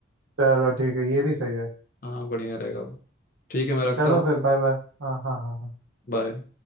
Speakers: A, on the right; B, on the left.
A: चलो ठीक है ये भी सही है
B: हाँ बढ़िया रहेगा वो ठीक है मैं रखता
A: चलो
B: हूँ
A: फिर बाय बाय हाँ हाँ हाँ हाँ
B: बाय